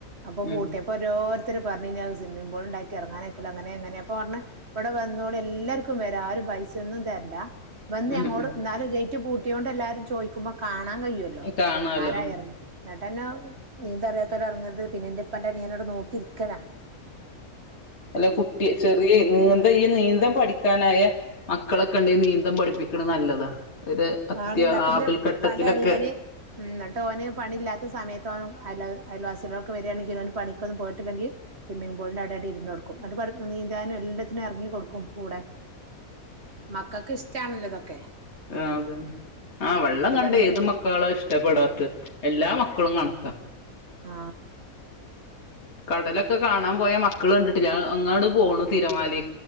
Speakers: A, on the right (about 45°); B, on the left (about 45°).
A: അപ്പൊ
B: ഉം
A: പൂട്ടിയ ഓരോരുത്തര് പറഞ്ഞിനി അത്‌ സ്വിമ്മിംഗ്പൂൾ ഇണ്ടാക്കി ഇറങ്ങാനയ്ക്കൂല അങ്ങനെയങ്ങനെ അപ്പൊ പർഞ്ഞ് വടെ വന്നോളി എല്ലാർക്കും വര ആരും പൈസിയന്നും തെരണ്ട വന്നേയങ്ങോട്
B: ഉം ഉം
A: ന്നാലു ഗേ ഗേറ്റ് പൂട്ട്യോണ്ട് എല്ലാരും ചോദിക്കുമ്പോ കാണാ കാണാൻ കയ്യൊല്ലോ
B: കാണാലോ
A: ആരായിറങ്ങി
B: ഉം
A: എന്നിട്ടെന്നെ നീന്തറിയാത്തവര് എറ്ങ്ങരുത് പിന്നെയെന്റയിപ്പന്റെ നിയനവിടെ നോക്കിയിരിക്കല
B: അല്ല കുട്ടി ചെറിയ നീന്ത് ഈ നീന്ത് പഠിക്കാനായ മക്കളൊക്കെ ഉണ്ടെങ്കിൽ നീന്ത് പഠി പ്പിക്ക്ണെ നല്ലതാ ഒരു അത്യ
A: ആള് നട്ടിന്റെ
B: ആപൽഘട്ടത്തിലൊക്കെ
A: പ്പന്റെ അനിയന് ഉം ന്നട്ട് ഓന് പണില്ലാത്ത സമയത്ത് ഓന് അയൽ അയൽവാ ചിലരൊക്കെ വരി കാണെങ്കിൽ അവ പണിക്കൊന്നും പോയിട്ടില്ലെങ്കിൽ സ്വിം മിംഗ്പൂളിൻ്റെ അവിടെയായിട്ടിരുന്നുകൊടുക്കും. അത്പറഞ്ഞു നീന്താനും എല്ലാത്തിനും ഇറങ്ങികൊടുക്കും. കൂടെ മക്കൾക്കിഷ്ടാണല്ലോ ഇതൊക്കെ
B: ആ ആ വെള്ളം
A: അത്
B: കണ്ടാഏതുമക്കളാടാ
A: കണ്ട് വരും.
B: ഇഷ്ടപ്പെടാത്തെ എല്ലാ മക്കളും കണക്കാ
A: ആ
B: കടലൊക്കെ കാണാൻ പോയാമക്കള്കണ്ടിട്ടില്ല അങ്ങോട്ട്പോണു തിരമാലയി